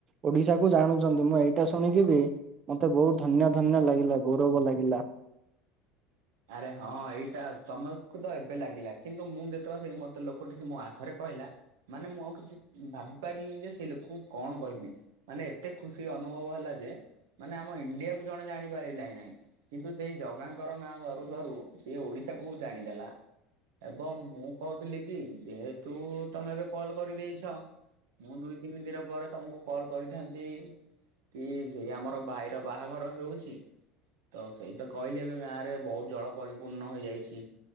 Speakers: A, on the right (about 40°); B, on the right (about 65°).
A: ଓଡ଼ିଶାକୁ ଜାଣୁଛନ୍ତି ମୁଁ ଏଇଟା ଶୁଣିକିବି ମତେ ବହୁତୁ ଧନ୍ୟ ଧନ୍ୟ ଲାଗିଲା ଗୌରବ ଲାଗିଲା।
B: ଆରେ ହଁ ଏଇଟା ତମକୁ କୁ ତ ଏବେ ଲାଗିଲା କିନ୍ତୁ ମୁଁ ଯେତେବେଳେ କୁହେ ମତେ ଲୋକଟି ସେ ମୋ ଆଗରେ କହିଲା। ମାନେ ମୁଁ ଆଉ କିଛି ଭାବି ପାରିଲିନି ଯେ ସେ ଲୋକକୁ କଣ କହିବି। ମାନେ ଏତେ ଖୁସି ଅନୁଭବ ହେଲା ଯେ ମାନେ ଆମ ଇଣ୍ଡିଆକୁ ଜଣେ ଜାଣିପାରିଲା ନାହିଁ କିନ୍ତୁ ସେଇ ଜଗାଙ୍କର ନାଁ ଧରୁ ସିଏ ଓଡ଼ିଶାକୁ ଜାଣିଦେଲା। ଏବଂ ମୁଁ କହୁଥିଲି କି ଯେହେତୁ ତମେ ଏବେ କଲ୍ କରିଦେଇଛ ମୁଁ ଦୁଇ ତିନି ଦିନ ପରେ ତମକୁ କଲ୍ କରିଥାନ୍ତି କି ସେ ଆମର ଭାଇର ବାହାଘର ହେଉଛି। ତ ସେଇ ତ କହିଲି ଏବେ ଗାଁ ରେ ବହୁତ ଜଳ ପରିପୂର୍ଣ୍ଣ ହୋଇଯାଇଛି।